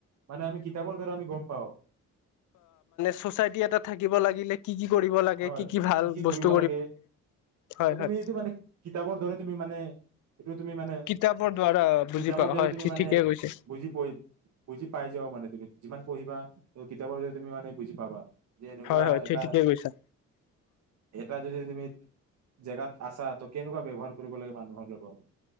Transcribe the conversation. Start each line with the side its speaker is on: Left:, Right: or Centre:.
Right: মানে আমি কিতাপৰ দ্বাৰা আমি গম পাওঁ।
Left: ছ'চাইটি এটাত থাকিব লাগিলে কি কি কৰিব লাগে
Right: হয়।
Left: ভাল
Right: কি কি
Left: বস্তু
Right: কৰিব লাগে,
Left: হয়
Right: ত তুমি
Left: হয়
Right: এইটো মানে কিতাপৰ দৰে তুমি মানে এইটো তুমি মানে
Left: কিতাপৰ দ্বাৰা বুজি
Right: কিতাপৰ
Left: পাওঁ
Right: দ্বৰে
Left: হয়
Right: তুমি মানে
Left: ঠিকে কৈছে
Right: বুজি প বুজি পাই যাবা মানে তুমি। যিমান পঢ়িবা কিতাপৰ যদি তুমি মানে বুজি পাবা। যে এনেকুৱা
Left: হয় হয় ঠি-ঠিকে
Right: এটা
Left: কৈছা।
Right: এটা যদি তুমি জেগাত আছা ত কেনেকুৱা ব্যৱহাৰ কৰিব লাগে মানুহৰ লগত